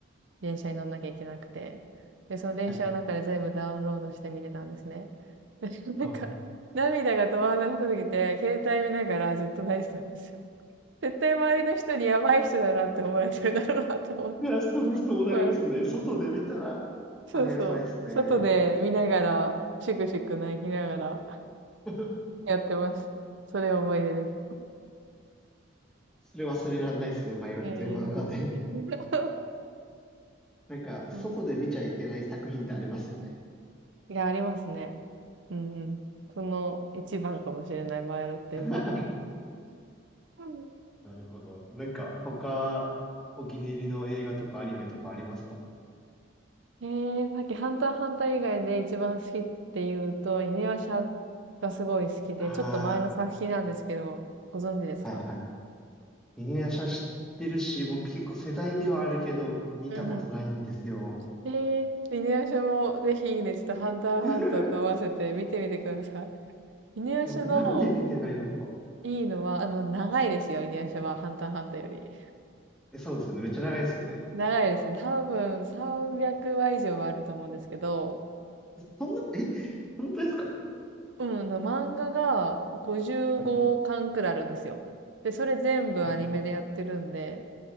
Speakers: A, on the right; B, in the centre.
A: 電車に乗んなきゃいけなくて、で、その電車の中で全部ダウンロードして見てたんですね。
B: はい。
A: <laughs> でなんか、
B: あ、めっ
A: 涙が止まらなさすぎて、携帯見ながらずっと泣いてたんですよ。絶対周りの人にやばい人だなって思われてるだろうなと思って。
B: いや、それそうなりますね。
A: うん。
B: 外で見たら、
A: そうそう。
B: あれやばいっすね。
A: 外で見ながら、シクシク泣きながら
B: <laughs>
A: やってました。それ思い出です。
B: それ忘れられないですね、バイオレット・
A: ええ
B: エヴァーガーデン。
A: <laughs> そ
B: なんか、外で見ちゃいけない作品ってありますよね。
A: うそう <laughs> いや、ありますね。うんうん。その一番かもしれないバイオレットエヴァンがある。
B: <laughs>
A: うん
B: なるほど。なんか、他、お気に入りの映画とかアニメとかありますか
A: えー、さっきハンターハンター以外で一番好きって言うと、犬夜叉がすごい好きで、
B: あ
A: ちょっと前の作品なんですけど、ご存知ですか
B: あ、はいはい。犬夜叉知ってるし、僕結構世代ではあるけど、見たことないんですよ。
A: うんうん <laughs> えー、犬夜叉もぜひね、ちょっとハンターハンターと合わせて見てみてください。
B: い
A: 犬夜叉の
B: や、僕なんで見てないのか。
A: いいのは、あの、長いですよ、犬夜叉は、ハンターハンターより。
B: え、そうですよね。めっちゃ長いですよね。
A: 長いですね。多分300話以上はあると思うんですけど、
B: そんな、え、本当ですか
A: うん、あの漫画が55巻くらいあるんですよ。
B: はい、
A: で、それ全部アニメでやってるんで、
B: はい、はい。